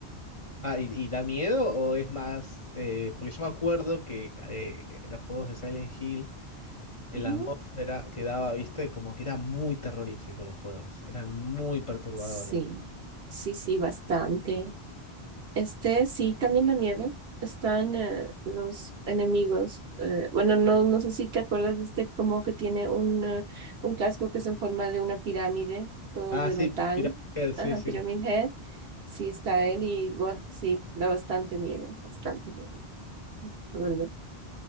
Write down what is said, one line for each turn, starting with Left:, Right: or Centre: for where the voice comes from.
Left: Ah, ¿y, y da miedo o es más...? eh, porque yo me acuerdo que eh, los juegos de Silent Hill... en
Right: Ujú.
Left: la atmósfera que daba, viste, como que eran muy terroríficos los juegos, eran muy perturbadores.
Right: Sí, sí, sí, bastante. Este, sí, también la nieve. Están eh, los enemigos. eh, bueno, no, no sé si te acuerdas de este como que tiene un, eh, un casco que es en forma de una pirámide, todo
Left: Ah,
Right: de
Left: sí,
Right: metal.
Left: Pyramid Head, sí,
Right: Ajá,
Left: sí.
Right: Pyramid Head. Sí, está él y bueno, sí, da bastante miedo, bastante miedo. la verdad.